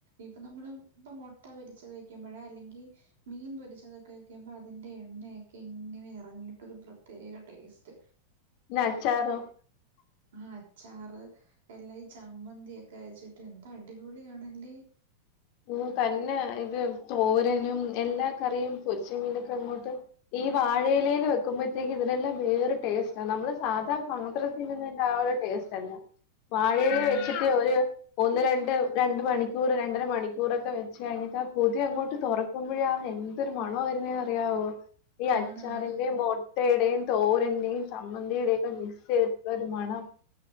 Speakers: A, on the right; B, on the left.
A: ഇപ്പൊ നമ്മള് ഇപ്പ മുട്ട പൊരിച്ചത് വെക്കുമ്പോഴാ അല്ലെങ്കിൽ മീൻ പൊരിച്ചതൊക്കെ വെക്കുമ്പോ അതിന്റെ എണ്ണയൊക്കെ ഇങ്ങനെ എ ർങ്ങീട്ടോരു പ്രത്യേക ടേസ്റ്റ്
B: പിന്ന അച്ചാറും
A: ആഹ് അച്ചാർ എല്ലാം ഈ ചമ്മന്ത്യൊക്കെ വെച്ചിട്ട് എന്തടിപൊളി ആണല്ലേ
B: ഓ തന്നെ ഇത് തോരനും എല്ലാ കറിയും പൊരിച്ച മീനൊക്കെ അങ്ങോട്ട് ഈ വാഴയിലയില് വെക്കുമ്പോത്തേക്ക് ഇതിനെല്ലാം വേറെ ടേസ്റ്റാ നമ്മള് സാധാ പത്രത്തിൽ നിന്ന് ആഹ് ഒരു ടേസ്റ്റ് ഷ്ടല്ല വാഴലേല്
A: എല്ലാം
B: വെച്ചിട്ട് ഒരു ഒന്ന് രണ്ട് രണ്ട് മണിക്കൂറ് രണ്ടര മണി ക്കൂറൊക്കെ വെച്ച് കഴിഞ്ഞിട്ടാ പൊതി അങ്ങോട്ട് തൊറക്കുമ്പോഴേ ആഹ് എന്തൊരു മണമാ വരുന്നെന്ന്‌ അറിയാമോ അറിയാമോ ഈ അച്ചാറിന്റേം
A: ആണാണ്
B: മോ ട്ടെടെം തോരന്റേം സമ്മന്തിടൊക്കെ മിക്സ് യ്ത്ട്ടുള്ളൊരു മണം